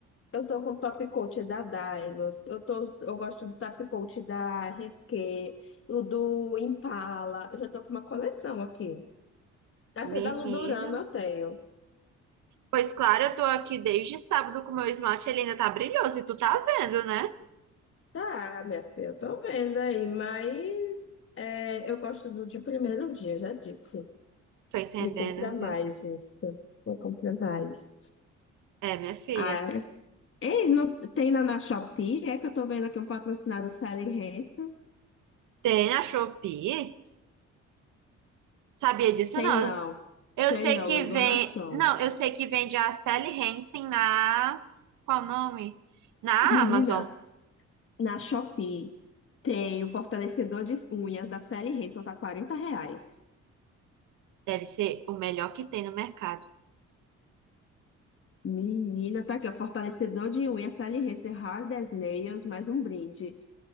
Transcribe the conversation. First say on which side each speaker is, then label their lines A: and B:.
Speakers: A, on the left; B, on the right.
A: Eu tô com o top coat da Daigos, eu, tô, us- eu gosto do top coat da Risqué, o do Impala, eu já tô com uma coleção aqui. Até
B: Menina.
A: da Ludorama eu tenho.
B: Pois claro, eu tô aqui desde sábado com meu esmalte, ele ainda tá brilhoso e tu tá vendo, né?
A: Tá, minha filha, eu tô vendo aí, mas é, eu gosto do de primeiro dia, já disse.
B: Tô entendendo,
A: Me compra mais
B: viu?
A: isso, Vou comprar mais.
B: É, minha filha.
A: Ah, é? ei, não tem na, na Shopee? É que eu tô vendo aqui um patrocinado Sally Hansen.
B: Tem na Shopee? Sabia disso
A: Tem
B: não.
A: não,
B: Eu
A: tem
B: sei
A: não,
B: que
A: é enganação.
B: vem. Não, eu sei que vende a Sally Hansen na. Qual o nome? Na
A: Menina,
B: Amazon.
A: Na Shopee tem o fortalecedor de unhas da Sally Hansen, tá 40 reais.
B: Deve ser o melhor que tem no mercado.
A: Menina, tá aqui, ó, fortalecedor de unhas Sally Hansen Hard as Nails, mais um brinde.